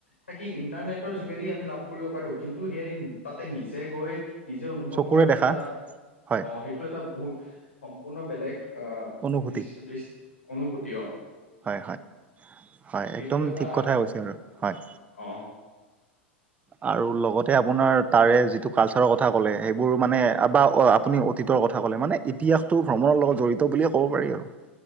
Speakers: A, on the left; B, on the right.
A: থাকি ইন্টাৰনেটৰ যোগে যদি আমি লাভ কৰিব পাৰো। কিন্তু সেই তাতে নিজে গৈ নিজে অনুভৱ
B: চকুৰে
A: কৰাটো
B: দেখা
A: এটা
B: হয়
A: অহ, সেইটো এটা বহু সম্পূৰ্ণ বেলেগ অহ'
B: অনুভূতি
A: দিচ, দিচ অনুভূতি অহ।
B: হয়, হয়। হয়,
A: সেইটো
B: একদম
A: এটা
B: ঠিক কথাই কৈছে আৰু হয়।
A: অ
B: আৰু লগতে আপোনাৰ তাৰে যিটো কালচাৰৰ কথা ক'লে, সেইবোৰ মানে বা আপুনি অতীত কথা কলে মানে ইতিহাসটো ভ্ৰমণৰ লগত জড়িত বুলিয়ে ক'ব পাৰি আৰু।